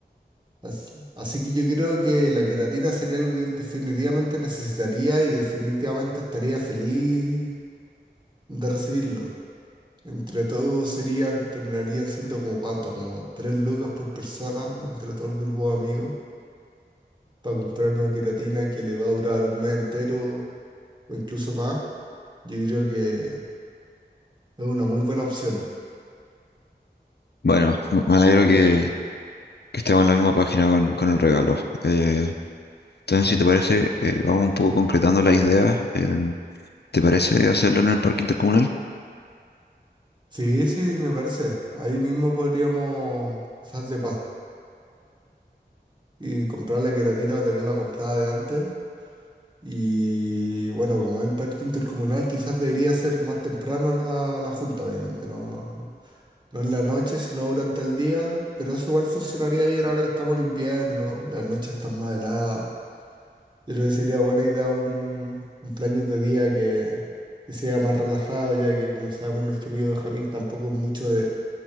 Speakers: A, on the right (about 25°); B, on the left (about 70°).
A: As- Así, que yo creo que la queratina sería algo que él definitivamente necesitaría y definitivamente estaría feliz de recibirlo. Entre todos serían, terminarían siendo como cuánto, como tres lucas por persona, entre todo el grupo de amigos, para comprar una queratina que le va a durar un mes entero o incluso más. Yo creo que es una muy buena opción.
B: Bueno, me me alegro que, que estemos en la misma página con, con el regalo. Eh, entonces, si te parece, eh, vamos un poco concretando las ideas. Em, ¿te parece hacerlo en el parque intercomunal?
A: Sí, sí, me parece. Ahí mismo podríamos quizás de pasar y comprar la queratina o tenerla comprada de antes Y bueno, como es el parque intercomunal, quizás debería ser más temprano la, la junta, obviamente, no, no, no en la noche, sino durante el día, pero eso igual funcionaría bien ahora que estamos en invierno, las noches están más heladas. Yo creo que sería buena idea un cumpleaños de día que, que sea más relajado, ya que como sabemos nuestro amigo Benjamín tampoco es mucho de,